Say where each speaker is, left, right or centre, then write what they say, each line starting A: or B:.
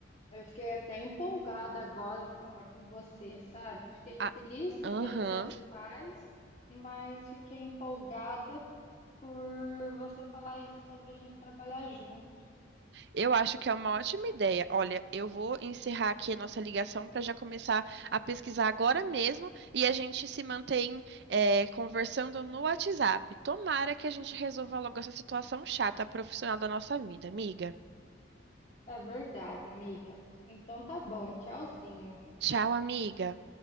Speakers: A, on the left; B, on the right.
A: eu fiquei até empolgada agora de falar com você, sabe? Fiquei
B: Ah,
A: triste
B: Aham.
A: pelos seus pais, mas fiquei empolgada por você falar isso sobre a gente trabalhar junto.
B: Eu acho que é uma ótima ideia. Olha, eu vou encerrar aqui a nossa ligação para já começar a pesquisar agora mesmo e a gente se mantém eh, conversando no WhatsApp. Tomara que a gente resolva logo essa situação chata profissional da nossa vida, amiga.
A: É verdade, amiga. Então tá bom, tchauzinho.
B: Tchau, amiga.